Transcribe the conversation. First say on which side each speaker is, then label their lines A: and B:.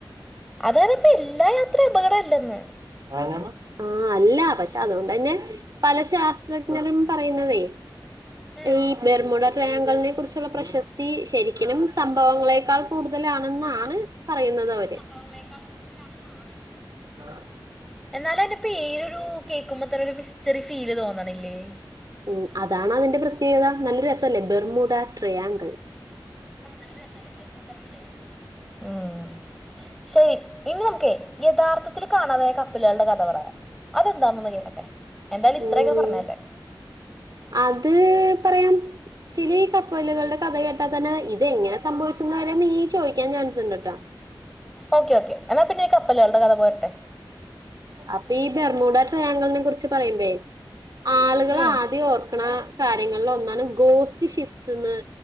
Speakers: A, in the centre; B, on the right.
A: അതായത് പ്പൊ എല്ലാ യാത്രയും അപകടം അല്ലെന്ന്
B: <unintelligible> മ. ആഹ് അല്ല. പക്ഷെ അതോണ്ടെന്നെ പല ശാസ്ത്രജ്ഞരും പറയുന്നതേ
A: ഉം
B: ഈ ബെർമുട ട്രയാങ്കൾനെ കുറിച്ച് ക്കുള്ള പ്രശസ്തി ശരിക്കിനും സംഭവങ്ങളെക്കാൾ കൂടുതലാണെന്നാണ് പറയുന്നത വര്
A: <unintelligible> കൂടുതലാണെന്നൊ? ആണ്.
B: ആഹ്.
A: എന്നാലയിന്റെ പേരൊരു കേക്കുമ്പ തെന്നൊരു മിസ്റ്ററി ഫീല് തോന്നണില്ലേ?
B: മ്. അതാണതിന്റെ പ്രത്യേകത. നല്ലെരു രസവല്ലേ. Bermuda triangle.
A: ആഹ്. ശരി. ഇന്ന് നമുക്കേ യഥാർത്ഥത്തിൽ കാണാതായ കപ്പല്കൾടെ കഥ പറയാം. അതെന്താന്നൊന്ന് കേക്കട്ടെ എന്തായാലും ഇത്രയൊക്കെ
B: ഉം
A: പറഞ്ഞല്ലേ
B: അത് പറയാം ചില ഈ കപ്പലുകളുടെ കഥ കേട്ടാൽ തന്നെ ഇതെങ്ങനെ സംഭവിച്ച വരെ നീ ചോദിക്കാൻ ചാൻസ് ഉണ്ട് ട്ടാ
A: ഓക്കെ ഓക്കേ എന്നാ പിന്നെ കപ്പലുകളുടെ കഥ പോരട്ടെ
B: അപ്പൊ ഈ ബെർമുട ട്രയാങ്കിളിനെ കുറിച്ച് പറയുമ്പേ ആളുകൾ
A: അപ്പൊ
B: ആദ്യം ഓർക്ക്ണ കാര്യങ്ങളിൽ ഒന്നാണ് ഗോസ്റ്റ് ഷിപ്സ്ന്ന്